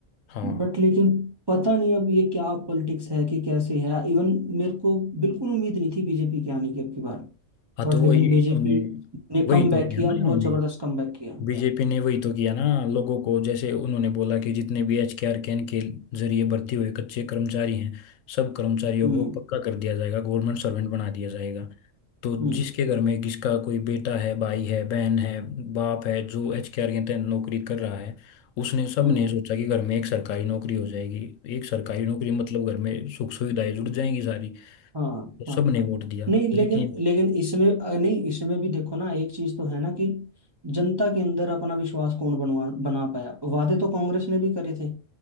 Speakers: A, on the left; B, on the right.
A: हाँ
B: बट लेकिन पता नहीं अब ये क्या पॉलिटिक्स है कि कैसे है इवन मेरे को बिल्कुल उम्मीद नहीं थी बीजेपी के आने की अब की बार
A: हाँ
B: बट
A: तो
B: लेकिन
A: वही
B: बीजेपी
A: इन्होंने
B: ने
A: वही
B: कम
A: तो
B: बैक
A: किया
B: किया
A: ना
B: बहुत
A: इन्होंने
B: जबरदस्त कम बैक किया
A: बीजेपी ने वही तो किया ना लोगों को जैसे उन्होंने बोला कि जितने भी एच के आर कैन के जरिए भर्ती हुए कच्चे कर्मचारी हैं सब कर्मचारियों
B: हम्म
A: को पक्का कर दिया जाएगा गवर्नमेंट सर्वेंट बना दिया जाएगा तो
B: हम्म
A: जिसके घर में किसका कोई बेटा है भाई है बहन है बाप है जो एच के आर के तहत नौकरी कर रहा है उसने सब
B: हम्म
A: ने सोचा कि घर में एक सरकारी नौकरी हो जाएगी एक सरकारी नौकरी मतलब घर में सुख सुविधाएं जुड़ जाएंगी सारी
B: हाँ
A: तो
B: हाँ
A: सब ने वोट दिया
B: नहीं
A: लेकिन
B: लेकिन लेकिन इसमें अ, नहीं इसमें भी देखो ना एक चीज तो है ना कि जनता के अंदर अपना विश्वास कौन बनवा बना पाया वादे तो कांग्रेस ने भी करे थे